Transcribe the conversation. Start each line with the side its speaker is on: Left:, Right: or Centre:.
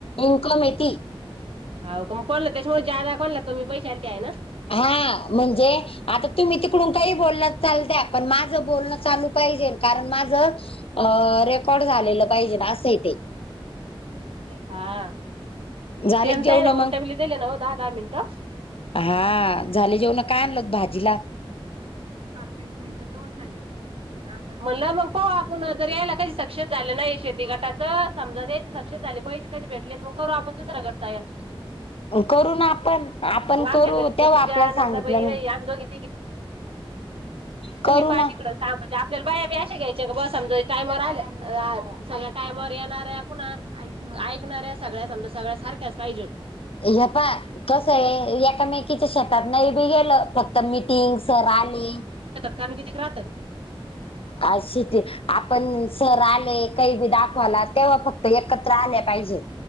Left: इन्कम येते
Right: हो का मग कोणलं त्याच्यामुळे जादा कोणलं कमी पैशाला ते आहे ना
Left: हा म्हणजे आता तुम्ही तिकडूनठही बोलण चाल द्या पण माझं बोलणं चालू पाहिजे कारण माझं अ रेकॉर्ड झालेलं पाहिजे ना असं ते
Right: हा भलता
Left: झाले का जेवण
Right: आहे ना मिनटं
Left: मग
Right: बली त्याले ना दहा दहा मिनटं
Left: हा झाले जेव ना काय आणल भाजीला
Right: पाच मि मिनिट त झाले म्हटलं मग प आपण जर यायला कध सक्षस झालं नाही शेती गटाच समजा ते साक्ष झाले प कध भेटले मग करू आपण दुसरा घडता यार
Left: करू ना आपण आपण
Right: आमच्या
Left: करू
Right: गलीतल्या
Left: तेव्हा
Right: पूजा
Left: आपल्याला सांगितलं
Right: नंदाबाई
Left: नाही
Right: राही
Left: <inaudible>
Right: आम्ही दोघी तु
Left: करू
Right: मी पालीकडच
Left: ना
Right: म्हणजे आपल्याला बाया बी अशा घ्यायचे का बस समजा टायमवर आल्या चग टामवर येणार आहे ऐकणाऱ्या सगळ्या समजा सगळ्या सारख्याच पाहिजे
Left: हपा कस आहे एकामेकीच्या शेतात नाही बी गेलं फक्त मीटिंग स आली
Right: काण किती क राहत
Left: अ श ते आपण सर आले काही बी दाखवाला तेव्हा फक्त एकत्र आल्या पाहिजेत